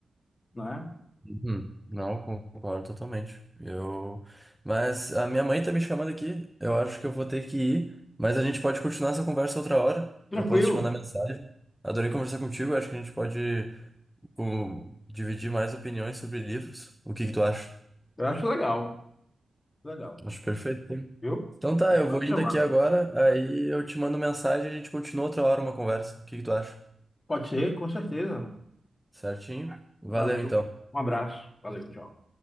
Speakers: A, on the left; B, in the centre.
A: né?
B: Uhum. Não, concordo totalmente. Eu... Mas a minha mãe tá me chamando aqui. Eu acho que eu vou ter que ir. Mas a gente pode continuar essa conversa outra hora.
A: Tranquilo?
B: Eu posso te mandar mensagem. Adorei conversar contigo. Acho que a gente pode com- dividir mais opiniões sobre livros. O que que tu acha?
A: Eu acho legal, legal,
B: Acho perfeito. sim.
A: viu?
B: Então tá,
A: É
B: eu
A: só
B: vou
A: chamar.
B: indo aqui agora. Aí eu te mando mensagem e a gente continua outra hora uma conversa. O que que tu acha?
A: Pode ser, com certeza.
B: Certinho? Valeu
A: Valeu,
B: então.
A: um abraço, valeu, tchau.